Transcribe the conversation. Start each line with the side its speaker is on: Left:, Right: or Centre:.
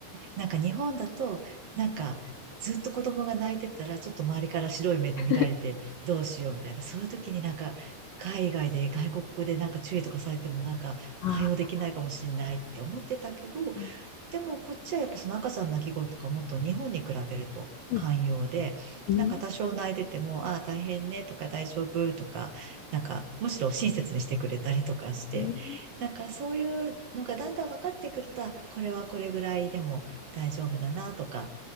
Right: なんか日本だと、なんかずっと子供が泣いてたら、ちょっと周りから白い目で見られてどうしようみたいな、
Left: <laughs>
Right: そういう時になんか海外で外国語でなんか注意とかされてもなんか対応できないかもしれないって思ってたけど、
Left: あー、う
Right: でもこっちはやっぱその赤ちゃんの泣き声とかもっと日本に比べると寛容で、
Left: ん、うん。
Right: なんか多少泣いてても、ああ大変ねとか大丈夫とか、なんかむしろ親切にしてくれたりとかして、
Left: えー
Right: なんかそういうのがだんだん分かってくると、あこれはこれぐらいでも大丈夫だなとか、